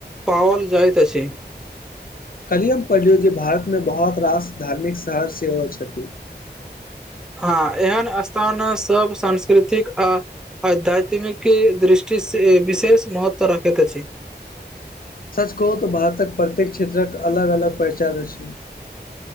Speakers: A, in the centre; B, on the left.
A: पावल जाइत अछि।
B: काल्हि हम पढ़लिय जे भारतमे बहुत रास धार्मिक शहर सेहो छथि।
A: हँ एहन स्थान सब सांस्कृतिक आ। आधत्मिकी दृष्टि सऽ विशेष महत्व राखैत अछि
B: सच कहू तऽ भारतक प्रत्येक क्षेत्रक अलग अलग पहिचान अछि।